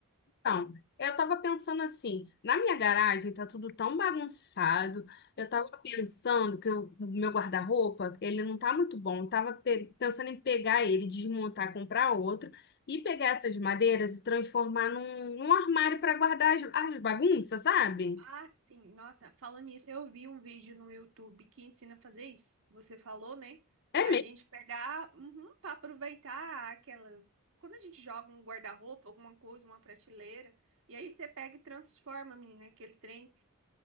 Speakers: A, on the left; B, on the right.
A: Então, eu tava pensando assim, na minha garagem tá tudo tão bagunçado. Eu tava pensando que o o meu guarda-roupa, ele não tá muito bom. Eu tava pe- pensando em pegar ele, desmontar, comprar outro e pegar
B: Ah.
A: essas madeiras e transformar num, num armário para guardar as, as bagunças, sabe?
B: Ah, sim. Nossa, falando nisso, eu vi um vídeo no YouTube que ensina a fazer isso. Você falou, né?
A: É
B: A
A: mesmo?
B: gente pegar, uhum, para aproveitar aquelas. Quando a gente joga um guarda-roupa, alguma coisa, uma prateleira, e aí você pega e transforma, menina, aquele trem.